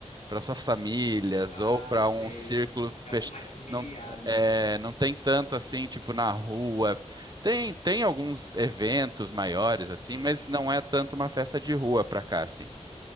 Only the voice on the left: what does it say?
Ah,
sei.
É algo
mais familiar,
né?
Uhum.